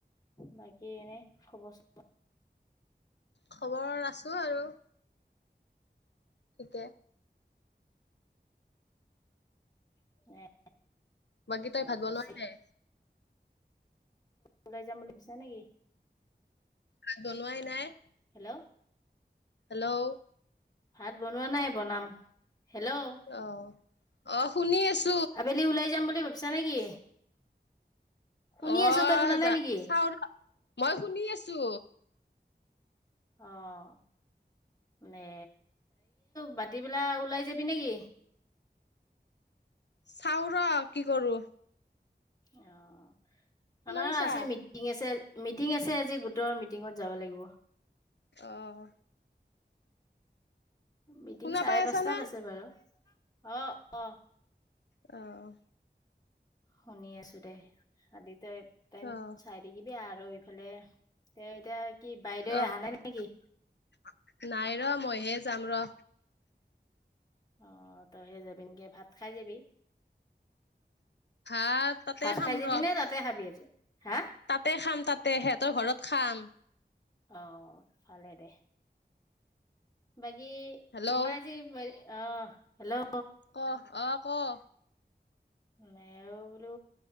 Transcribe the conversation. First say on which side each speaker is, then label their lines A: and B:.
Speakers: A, on the left; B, on the left.
A: বাকী এনে খবৰ চবৰ?
B: খবৰ আছোঁ আৰু। ঠিকে।
A: <unintelligible>
B: বাকী
A: এ
B: তই ভাত বনোৱা
A: পিছে
B: নাই?
A: ওলাই যাম বুলি ভাবিছা নেকি?
B: ভাত বনোৱাই নাই।
A: হেল্ল'?
B: হেল্ল'?
A: ভাত বনোৱা নাই বনাম, হেল্ল'?
B: অ', অ শুনি আছো।
A: আবেলি ওলাই যাম বুলি ভাবিছা নেকি? শুনি
B: অ'
A: আছো তই শুনা নাই
B: যা
A: নেকি?
B: চাও ৰ মই শুনি আছো।
A: অ' নে বাতি বেলা ওলাই যাবি নেকি?
B: চাওঁ ৰ কি কৰো।
A: আমাৰ
B: শুনা পাইছা?
A: আছে মিট মিটিং আছে, মিটিং আছে আজি গোটৰ মিটিঙত যাব লাগিব।
B: অ।
A: মিটিং
B: শুনা
A: চাৰে
B: পাই আছা
A: পাঁচটাত
B: না?
A: আছে বাৰু, অ' অ'।
B: অ।
A: শুনি আছো দে, কালি তই টাইম
B: অ',
A: চাই দেখিবি আৰু এইফালে এ এতিয়া কি বাইদেৱে
B: অ'
A: অহা নাই নেকি?
B: নাই ৰ মইহে যাম ৰ।
A: অ' তই হে যাবি, ভাত খাই যাবি?
B: ভাত তাতে
A: ভাত
B: খাম
A: খাই যাবি
B: ৰ,
A: নে তাতে খাবি আজি? হা
B: তাতে খাম তাতে হেতৰ ঘৰত খাম।
A: অ ভালে দে। বাকী
B: হেল্ল'
A: মই আজি, অ হেল্ল'?
B: অ' 'অ কওঁ?
A: মে বোলো